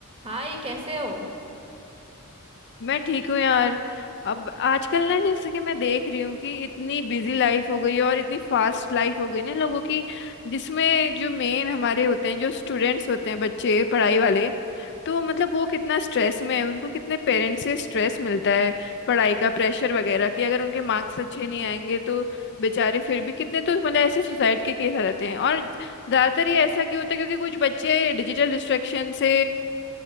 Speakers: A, on the right; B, on the left.
A: हाय कैसे हो
B: मैं ठीक हूँ यार अब आजकल ना जैसे कि मैं देख रही हूँ कि इतनी बिजी लाइफ हो गई है और इतनी फास्ट लाइफ हो गई ना लोगों की जिसमें जो मेन हमारे होते हैं जो स्टूडेंट्स होते हैं बच्चे पढ़ाई वाले तो मतलब वो कितना स्ट्रेस में है उनको कितने पेरेंट्स से स्ट्रेस मिलता है पढ़ाई का प्रेशर वगैरह कि अगर उनके मार्क्स अच्छे नहीं आएंगे तो बेचारे फिर भी कितने तो मतलब ऐसे सुसाइड के केस आ जाते हैं और ज्यादातर ये ऐसा क्यों होता है क्योंकि कुछ बच्चे डिजिटल डिस्ट्रैक्शन से